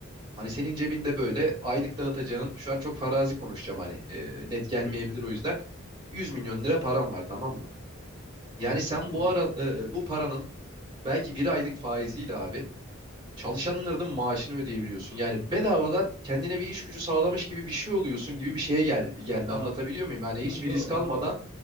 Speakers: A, on the right; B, on the right.
A: Hani senin cebinde böyle aylık dağıtacağın şu an çok farazi konuşacağım hani e, net gelmeyebilir o yüzden 100 milyon lira param var tamam mı? Yani sen
B: Tamam.
A: bu ara e, bu paranın belki bir aylık faiziyle abi çalışanların maaşını ödeyebiliyorsun. Yani bedavadan kendine bir iş gücü sağlamış gibi bir şey oluyorsun gibi bir şeye gel geldi.
B: Aa,
A: Anlatabiliyor muyum? Yani hiçbir
B: a- yo
A: risk
B: anladım.
A: almadan